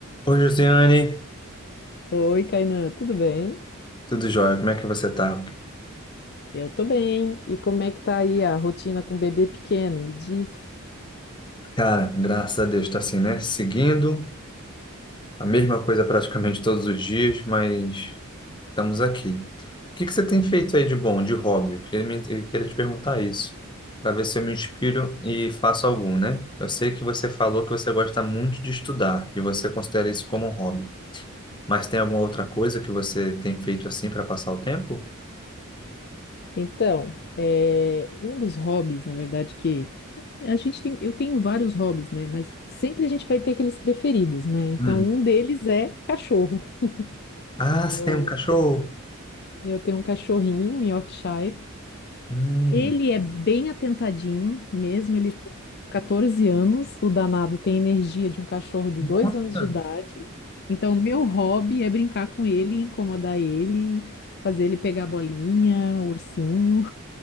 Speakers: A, on the left; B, on the left.
A: Oi, Josiane,
B: Oi, Kainan, tudo bem?
A: tudo jóia? Como é que você tá?
B: Eu tô bem. E como é que tá aí a rotina com o bebê pequeno? Me diz.
A: Cara, graças a Deus, tá assim, né? Seguindo a mesma coisa praticamente todos os dias, mas estamos aqui. O que que você tem feito aí de bom, de hobby? Eu queria, me- eu queria te perguntar isso, para ver se eu me inspiro e faço algum, né? Eu sei que você falou que você gosta muito de estudar e você considera isso como um hobby, mas tem alguma outra coisa que você tem feito assim para passar o tempo?
B: Então, é, um dos hobbies, na verdade, que a gente tem, eu tenho vários hobbies, né? Mas sempre a gente vai ter aqueles preferidos, né? Então,
A: Hum.
B: um deles é cachorro. <laughs>
A: Ah,
B: O meu,
A: você tem um cachorro?
B: eu tenho um cachorrinho, um Yorkshire,
A: Hum.
B: Ele é bem atentadinho, mesmo ele tem 14 anos, o danado tem energia de um cachorro de dois
A: Nossa!
B: anos de idade. Então, meu hobby é brincar com ele, incomodar ele, fazer ele pegar bolinha, ursinho.